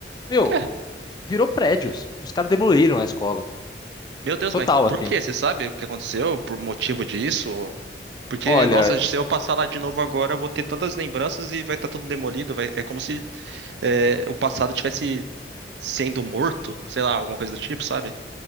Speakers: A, on the left; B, on the right.
A: Meu,
B: É.
A: virou prédios. Os caras demoliram a escola.
B: Meu Deus,
A: Total,
B: mas por
A: assim.
B: quê? Você sabe o que aconteceu? Por motivo disso? Porque,
A: Olha,
B: nossa, se eu passar lá de novo agora, eu vou ter tantas lembranças e vai estar tudo demolido. vai- É como se é, o passado tivesse sendo morto, sei lá, alguma coisa do tipo, sabe?